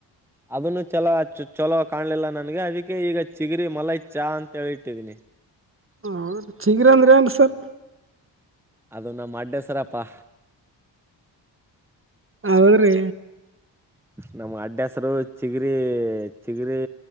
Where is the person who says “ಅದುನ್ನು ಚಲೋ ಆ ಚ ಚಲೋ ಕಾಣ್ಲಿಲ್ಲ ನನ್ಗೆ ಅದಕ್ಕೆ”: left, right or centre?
Centre